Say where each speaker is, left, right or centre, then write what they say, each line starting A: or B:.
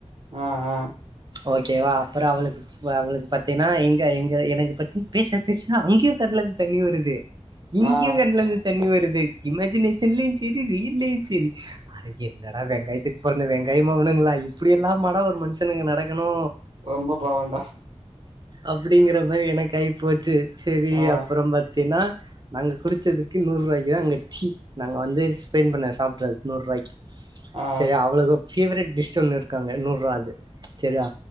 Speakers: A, on the right; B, on the right.
A: ஆ ஆ
B: ஓகேவா அப்பறோ அவளுக்கு ஒ அவளுக்கு பாத்தீன்னா எங்க எங்க எனக்கு பத்தி பேச பேச அங்கேயு கண்ல இந்து தண்ணி வருது இங்கேயு
A: ஆ
B: கண்ல இருந்து தண்ணி வருது இமஜினேஷன்லயு சரி ரியல்லயு சரி அ என்னடா வெங்காயத்துக்கு பொறந்த வெங்காய மொவனுங்களா இப்படி எல்லாமாடா ஒரு மனுஷனுக்கு நடக்கணு
A: ரொம்ப பாவோன்டா
B: அப்டிங்கற மாரி எனக்கு ஆய்போச்சு சரி
A: ஆ
B: அப்புறோ பாத்தீன்னா நாங்க குடிச்சதுக்கு நூறு ரூவாய்க்கு தா அங்க டீ நாங்க வந்து ஸ்பெண்ட் பண்ண சாப்பிறது நூறுவாய்க்கி
A: ஆ
B: சரியா அவ்வளவு பேவரட் டிஷ் ஒண்ணு இருக்கு அங்க நூறுவாது சரியா